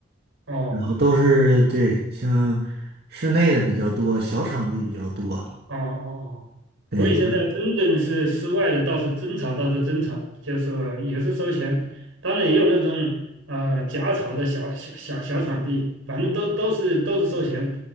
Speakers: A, on the right; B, on the right.
A: 哦
B: 然后都是对，像室内的比较多，小场地比较多。
A: 哦哦哦，
B: 对
A: 我以前在深圳是室外的，倒是真草，倒是真草，就是说也是收钱，当然也有那种呃假草的小小小小场地，反正都都是都是收钱。